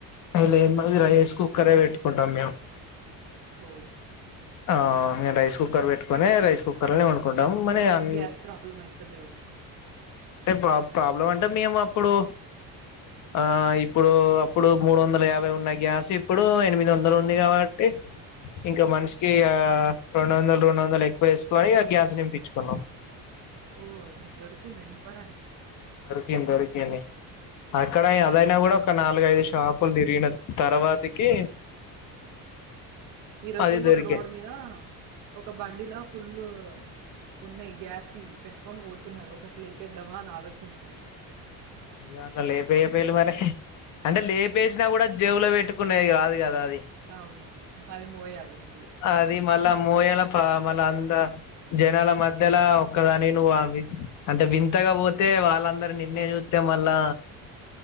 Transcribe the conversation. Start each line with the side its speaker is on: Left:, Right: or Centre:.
Left: అది లేదు మంది రైస్ కుక్కరే పెట్టుకుంటాం మేము
Right: ఓ
Left: ఆ నేను రైస్ కుక్కర్ పెట్టుకుొని రైస్ కుక్కర్ లోనే వండుకుంటాం మని
Right: మీకేం గ్యాస్ ప్రాబ్లం అయితలేదా ఇప్పుడు
Left: అంటేా ప్రాబ్లం అంటే మేము అప్పుడు ఆ ఇప్పుడు అప్పుడు మూడు వందల యాభై ఉన్న గ్యాస్ ఇప్పుడు ఎనిమిది వందలు ఉంది కాబట్టి ఇంకా మనిషికి ఆ రెండు వందలు రెండు వందలు ఎక్కువ వేసుకని ఆ గ్యాస్ నింపించుకున్నాం
Right: ఓ మీకు దొరికిందా అని నింపడానికి
Left: ద ద అక్కడ అదనా కూడా ఒక నాలుగైదు షాపులు తిరిగిన తర్వాతకి
Right: ఈ రోజు
Left: అది
Right: మాకు
Left: దొరికే
Right: రోడ్ మీద ఒక బండిలా ఫుల్ ఉన్నయి గ్యాసి పెట్టుకొని పోతున్నారు ఒకట్లాపేద్దామా అని ఆలోచించిన
Left: అయ్య అట్లా లేపేయ పయి మరి అంటే లేపేసినా కూడా జేవులో పెట్టుకునేది కా కది
Right: అవును అది మోయాలి మళ్ళీ
Left: అది మళ మోయల మళ అంద జనాల మధ్యలా ఒక్కదాని నువ్ అవి అంటే వింతగా పోతే వాళ్ళందరు నిన్నే చూస్తాం మళ్ళా